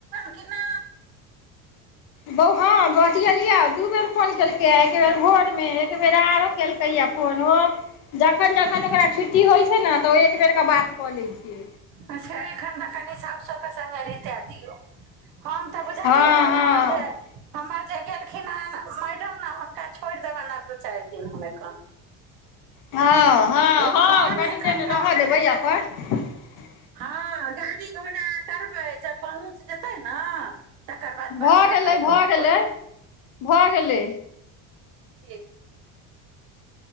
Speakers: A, on the right; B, on the left.
A: क केना
B: बौ हँ बतियलियै दू बेर फोन केलकैए एक बेर भोरमे एक बेेर आरो केलकैए फोन ओ जखन जखन ओकरा छुट्टी होइ छै ने तऽ ओ एक बेरके बात कऽ लै छियै
A: अच्छा एखन त कनि साउ स के सङ्गे रीते दियऔ हम तऽ बुझलियै
B: हँ हँ
A: हमर जे हमर जे गेलखिन हन मैड छोड़ देबाक ल दू चारि दन हममे कम
B: हँ हँ
A: एखन
B: हँ कनि
A: एखनका
B: देर रहऽ देबै <unintelligible>
A: हँ गाड़ी घोड़ा करबै जब पहुँच जेतै ने तकर बाद
B: भऽ
A: बात करनाइ
B: गेलै भऽ
A: कम
B: गेलै
A: कऽ देबै
B: भऽ गेलै
A: ठीक